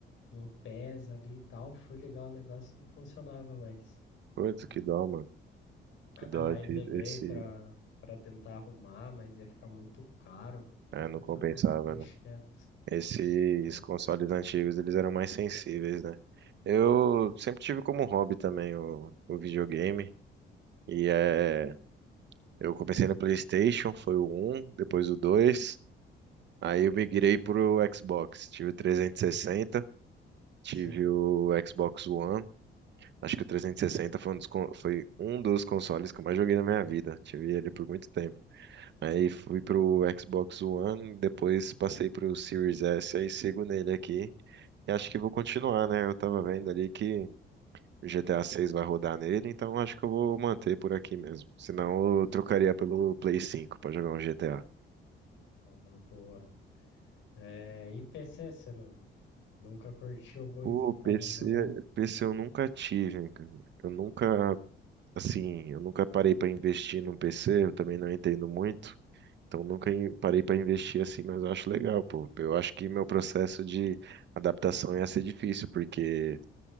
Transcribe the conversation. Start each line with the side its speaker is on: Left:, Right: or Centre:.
Left: um pés ali e tal. Fui ligar o negócio, não funcionava mais.
Right: Putz,
Left: né?
Right: que dó, mano. Que
Left: <clears throat>
Right: dó
Left: Aí
Right: esse,
Left: levei
Right: esse...
Left: pra, pra tentar arrumar, mas ia ficar muito caro.
Right: É,
Left: Aí
Right: não compensava,
Left: falei, ah, deixa
Right: né?
Left: quieto,
Right: Esses
Left: deixa quieto.
Right: consoles antigos, eles eram mais sensíveis, né? Eu sempre tive como hobby também o, o videogame. E é, eu comecei no PlayStation, foi o um depois o dois Aí eu migrei pro Xbox. Tive o 360, tive
Left: Sei.
Right: o Xbox One. Acho que o 360 foi um dos, con- foi um dos consoles que eu mais joguei na minha vida. Tive ele por muito tempo. Aí fui pro Xbox One, depois passei pro Series S, aí sigo nele aqui. E acho que vou continuar, né? Eu tava vendo ali que o GTA 6 vai rodar nele, então acho que eu vou manter por aqui mesmo. Senão eu trocaria pelo Play 5 pra jogar um GTA.
Left: É uma boa. É, e PC, você não, nunca curtiu muito,
Right: Pô,
Left: então
Right: PC,
Left: jogar?
Right: PC eu nunca tive, cara. Eu nunca, assim, eu nunca parei pra investir num PC, eu também não entendo muito, então nunca in- parei pra investir assim, mas eu acho legal, pô. Eu acho que meu processo de adaptação ia ser difícil, porque